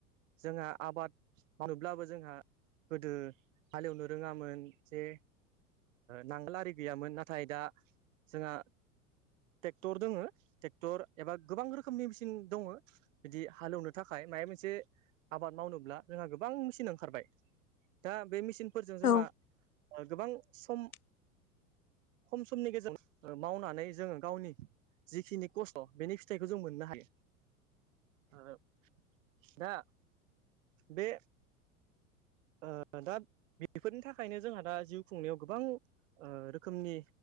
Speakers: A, on the right (about 55°); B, on the left (about 75°).
A: जोंहा आबाद मावोब्लाबो जोंहा गोदो हाले एवनो रोङामोन जे नांगोल आरि गैयामोन नाथाय दा जोंहा टेक्टर दङ टेक्टर एबा गोबां रोखोमनि मेसिन दङो बिदि हाल एवनो थाख थाखाय माबा मोनसे आबाद मावनोब्ला जोंहा गोबां मेचिन ओंखारबाय दा बे मचिन फोरजों
B: औ
A: जोंहा
B: औ
A: गोबां सम
B: <inaudible>
A: खम समनि गेजेराव मावनानै जोङो गावनि जिखिनि खस्थ' बेनि फिथाइखौ जों मोननो हायो आरो दा बे ओ दा बेफोरनि थाखायनो जोंहा दा जिउ खुंनायाव गोबां रोखोमनि